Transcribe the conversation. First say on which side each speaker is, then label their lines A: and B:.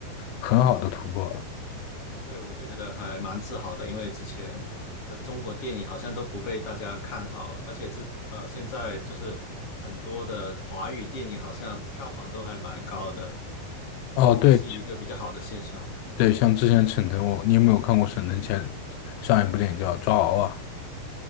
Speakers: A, on the left (about 85°); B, on the left (about 45°).
A: 很好的突破了。
B: 对，我觉得还蛮自豪的，因为之前的中国电影好像都不被大家看好，而且之呃现在就是很多的华语电影好像票房都还蛮高的，
A: 哦，对
B: 也是一个比较好的现象。
A: 对，像之前沈腾，我你有没有看过沈腾前上一部电影叫《抓娃娃》？